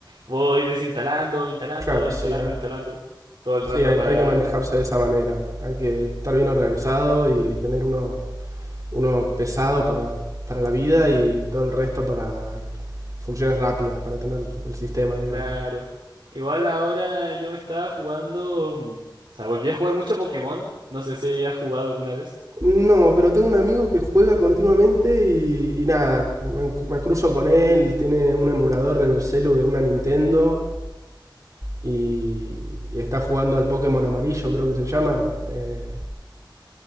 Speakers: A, on the right; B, on the right.
A: voy desinstalando, instalando,
B: Claro,
A: desinstalando,
B: sí, a-
A: instalando todo el rato
B: sí, hay,
A: para,
B: hay que manejarse de esa manera, hay que estar bien organizado y tener uno uno pesado para, para la vida y todo el resto para funciones rápidas, para tener el sistema, digamos.
A: Claro. Igual ahora yo me estaba jugando. mm, O sea, volví a jugar mucho Pokémon. No sé si has jugado alguna vez.
B: No, pero tengo un amigo que juega continuamente y, y nada, me, me cruzo con él, tiene un emulador en el celu de una Nintendo y, y está jugando al Pokémon amarillo, creo que se llama. eh,